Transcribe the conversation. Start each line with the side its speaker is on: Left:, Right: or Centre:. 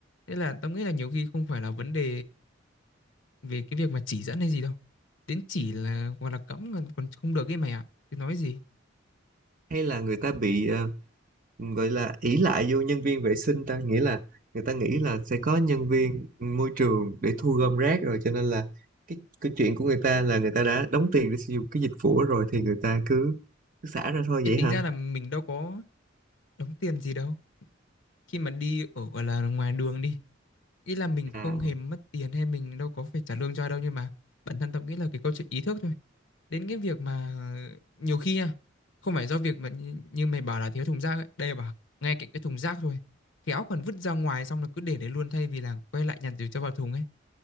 Left: Thế là tao nghĩ là nhiều khi không phải là vấn đề về cái việc mà chỉ dẫn hay gì đâu đến chỉ là hoặc là cấm còn, còn không được ấy mày ạ thì nói gì
Right: hay là người ta bị ờ, Vậy là ỷ lại vô nhân viên vệ sinh ta nghĩa là người ta nghĩ là sẽ có nhân viên môi trường để thu gom rác rồi cho nên là cái cái chuyện của người ta là người ta đã đóng tiền để sử dụng cái dịch vụ đó rồi thì người ta cứ, cứ xả ra thôi
Left: Ê,
Right: vậy
Left: tính
Right: hả?
Left: ra là mình đâu có đóng tiền gì đâu khi mà đi ở gọi là ngoài đường đi ý là mình không
Right: À,
Left: hề mất tiền hay mình đâu có phải trả lương cho ai đâu nhưng mà bản thân tao nghĩ là cái câu chuyện ý thức thôi đến cái việc mà nhiều khi nha không phải do việc mà như, như mày bảo là thiếu thùng rác ấy. đây bảo ngay cạnh cái thùng rác thôi khéo còn vứt ra ngoài xong là cứ để đấy luôn thay vì là quay lại nhặt rồi cho vào thùng ấy